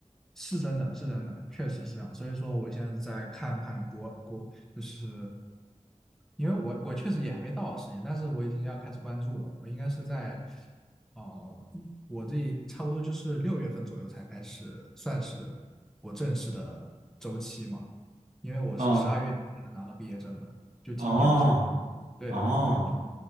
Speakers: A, in the centre; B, on the right (about 85°).
A: 是真的，是真的，确实是这样。所以说，我现在在看看国国，就是因为我我确实也还没到时间，但是我已经要开始关注了。我应该是在，哦、一我这差不多就是六月份左右才开始，算是我正式的周期嘛。因为我是十二月底才能拿到毕业证的，
B: 嗯，
A: 就今年的十二月底。
B: 哦哦，
A: 对对对，